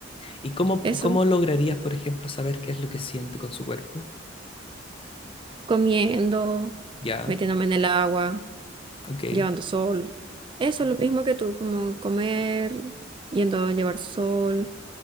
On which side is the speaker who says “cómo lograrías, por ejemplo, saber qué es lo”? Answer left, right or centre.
Left